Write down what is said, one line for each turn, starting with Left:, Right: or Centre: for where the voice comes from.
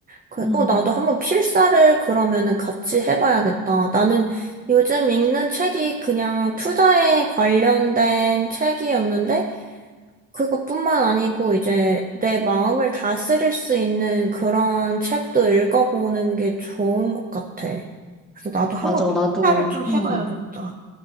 Right: 그,
Centre: 음,
Right: 어, 나도 한번 필사를 그러면은 같이 해봐야겠다. 나는 요즘 읽는 책이 그냥 투자에 관련된 책이었는데 그것뿐만 아니고 이제 내 마음을 다스릴 수 있는 그런 책도 읽어보는 게 좋은 것 같아. 그래서 나도 한번
Centre: 맞아.
Right: 필사를
Centre: 나도,
Right: 좀
Centre: 음.
Right: 해봐야겠다.